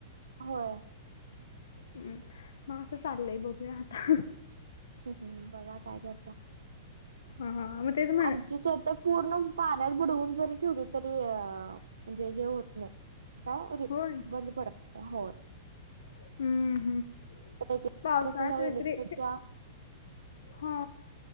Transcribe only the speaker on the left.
हु म असं चाललंय बघूया आता हं
हा हा म तेच म
होय
हम्म हम्म
पावसाळ्यात
वगैरे
हा..